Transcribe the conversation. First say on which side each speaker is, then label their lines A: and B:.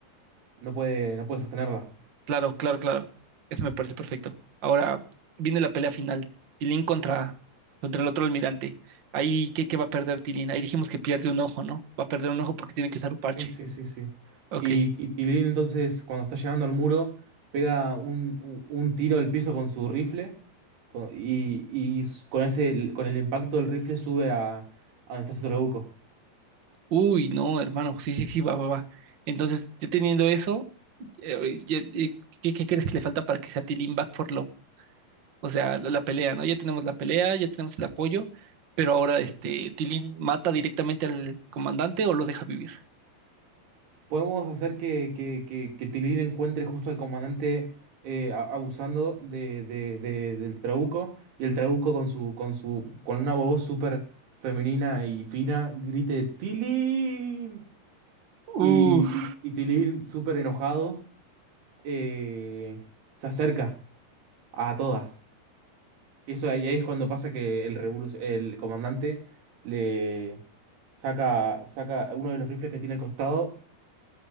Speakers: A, on the right (about 80°); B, on the right (about 60°).
A: no puede, no puede sostenerla.
B: Claro, claro, claro. Eso me parece perfecto. Ahora viene la pelea final. Tilín contra, contra el otro almirante. Ahí, ¿qué, qué va a perder Tilín? Ahí dijimos que pierde un ojo, ¿no? Va a perder un ojo porque tiene que usar un parche.
A: Sí, sí, sí, sí.
B: Ok.
A: Y, y Tilín entonces cuando está llegando al muro pega un, un- un tiro al piso con su rifle con- y, y s- con ese, con el impacto del rifle sube a, a donde está su trabuco.
B: Uy, no, hermano, sí, sí, sí, va, va, va. Entonces, ya teniendo eso, eh, ya- eh, ¿qué, qué crees que le falta para que sea Tilín Back for Love? O sea, la, la pelea, ¿no? Ya tenemos la pelea, ya tenemos el apoyo, pero ahora este Tilín mata directamente al comandante o lo deja vivir.
A: Podemos hacer que, que, que, que Tilín encuentre justo al comandante eh, a- abusando de, de- de- del trabuco y el trabuco con su, con su, con una voz súper femenina y fina grite ¡Tilín!
B: Uf.
A: Y, y, y Tilín súper enojado eh, se acerca a todas. Eso ahí, ahí es cuando pasa que el revoluc- el comandante le saca, saca uno de los rifles que tiene al costado